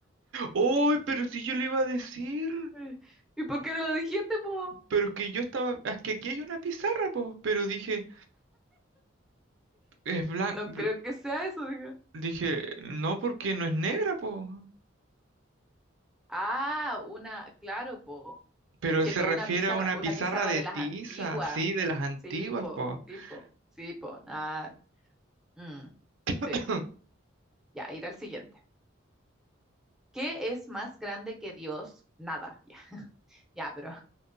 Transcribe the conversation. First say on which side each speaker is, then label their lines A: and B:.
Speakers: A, on the right; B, in the centre.
A: ¡Ay, pero si yo le iba a decir!
B: <laughs> ¿Y por qué no lo dijiste, po?
A: Pero es que yo estaba... Es que aquí hay una pizarra, po. Pero dije, es blanco...
B: No creo que sea eso, digo.
A: Dije, no, porque no es negra, po.
B: Ah, una, claro, po.
A: Pero
B: Es que
A: se
B: no
A: refiere
B: una pizarra,
A: a una
B: una
A: pizarra
B: pizarra
A: de
B: de las
A: tiza,
B: antiguas.
A: sí, de las antiguas,
B: Sí, po,
A: po.
B: sí,
A: <coughs>
B: po, sí, po. Ah, mm,
A: <laughs>
B: sí, ya, ir al siguiente. ¿Qué es más grande que Dios? Nada, ya, <laughs> ya, pero